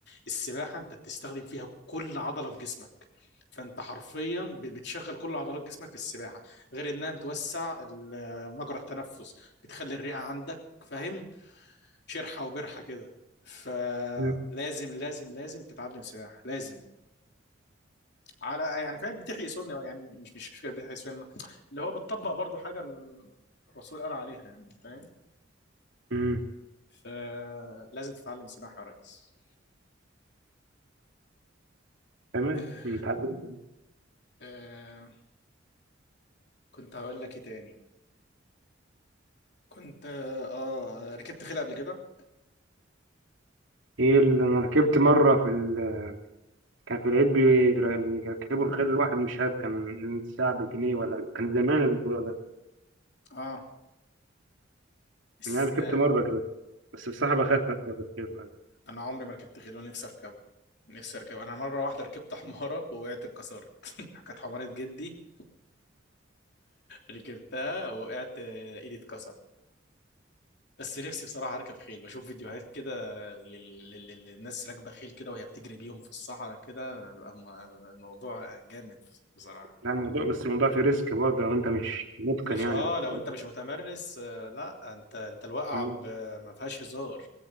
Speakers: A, on the left; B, on the right.
A: السباحة انت بتستخدم فيها كل عضلة في جسمك فانت حرفيا ب- بتشغل كل عضلات جسمك في السباحه غير انها بتوسع ال- مجرى التنفس بتخلي الرئه عندك فاهم شرحه وبرحه كده فلازم
B: مم.
A: لازم لازم تتعلم سباحه لازم على يعني فاهم بتحيي سنه يعني مش مش مش فكره بتحيي سنه اللي هو بتطبق برضو حاجه ال- الرسول قال عليها يعني فاهم
B: مم.
A: فلازم تتعلم سباحه يا ريس
B: تمام
A: آه
B: اتعلمت
A: آه كنت هقول لك ايه تاني كنت اه آه، ركبت خيل قبل كده
B: ايه اللي انا ركبت مره في ال... كان في العيد بير- بيركبوا الخيل الواحد مش عارف كان الساعه بجنيه ولا كان زمان الموضوع ده
A: اه بس
B: يعني انا ركبت
A: آه
B: مره كده بس بصراحه بخاف اركب الخيل يعني
A: انا عمري ما ركبت خيل ونفسي اركبه نفسي اركبه انا مره واحده ركبت حماره ووقعت اتكسرت <laughs> كانت حماره جدي ركبتها وقعت آه، ايدي اتكسر بس نفسي بصراحة اركب خيل بشوف فيديوهات كده لل- لل- لل- للناس راكبة خيل كده وهي بتجري بيهم في الصحراء كده الم- الموضوع جامد بصراحة
B: يعني الموضوع بس الموضوع فيه ريسك برضه لو انت مش متقن
A: مش
B: يعني
A: اه
B: مش
A: لو انت مش متمرس آه لا انت انت الواقعة
B: مم.
A: ب- ما فيهاش هزار